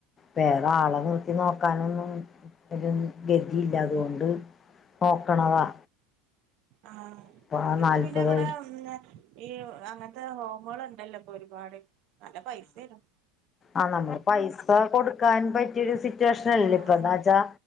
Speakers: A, on the left; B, on the right.
A: വേറെ ആളെ നിർത്തി നോക്കാനൊന്നും ഒരു ഗതിയില്ല അതുകൊണ്ട് നോക്കണതാ
B: ആഹ്
A: ഇപ്പ
B: ഇപ്പൊ
A: നാല്പത്
B: പിന്നെ എവിടെ ഉണ്ടെ ഈ അങ്ങനത്തെ ഹോമുകളുണ്ടല്ലോ ഇപ്പൊ ഒരുപാട് പൈസനു
A: ആഹ് നമ്മള് പൈസ കൊടുക്കാൻ പറ്റിയൊരു സിറ്റുവേഷൻ അല്ല
B: ആഹ്
A: ഇപ്പൊ എന്താ വച്ചാ